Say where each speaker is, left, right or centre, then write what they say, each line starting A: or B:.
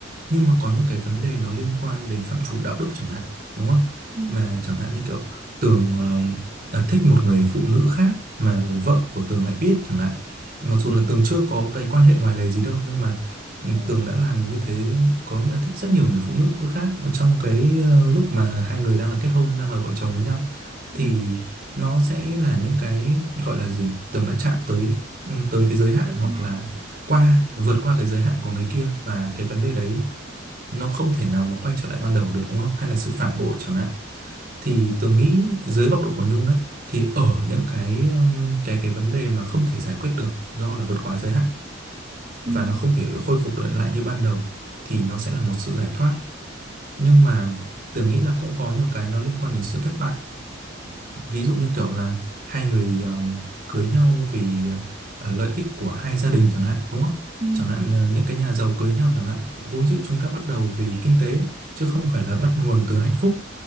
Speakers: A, on the right (about 45°); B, on the right (about 30°).
A: Nhưng mà có những cái vấn đề nó liên quan đến phạm trù đạo đức chẳng hạn, đúng không?
B: ừ,
A: Mà chẳng hạn như kiểu Tường ờ, à, thích một người phụ nữ khác mà vợ của Tường lại biết chẳng hạn. Mặc dù
B: ừ,
A: là Tường chưa có cái quan hệ ngoài lề gì đâu nhưng mà ừ,
B: ừ,
A: Tường đã làm như thế có nghĩa là thích rất nhiều người phụ nữ khác trong cái ờ, lúc mà hai người đang là kết hôn, đang là vợ chồng với nhau
B: ừ.
A: thì nó sẽ là những cái gọi là gì tưởng đã chạm tới ừ, tới cái giới
B: cái
A: hạn
B: giới
A: hoặc
B: hạn
A: là qua vượt qua cái giới hạn của người kia và cái vấn đề đấy nó không thể nào mà quay trở lại ban đầu được đúng không hay là sự phản bội chẳng hạn thì
B: Ờ,
A: tường nghĩ dưới góc độ của Nhung đấy thì ở những cái um, cái cái vấn đề mà không thể giải quyết được do là vượt quá giới hạn
B: ừ,
A: và nó không thể khôi phục được lại như ban đầu thì nó sẽ là một sự giải thoát nhưng mà tường nghĩ là cũng có nhiều cái nó liên quan đến sự thất bại ví dụ như kiểu là hai người um, cưới nhau vì ờ, lợi ích của hai gia đình chẳng hạn đúng không
B: ừ,
A: chẳng hạn ờ, những cái nhà giàu cưới nhau chẳng hạn vốn dĩ chúng ta bắt đầu vì kinh tế chứ không phải là bắt nguồn từ hạnh phúc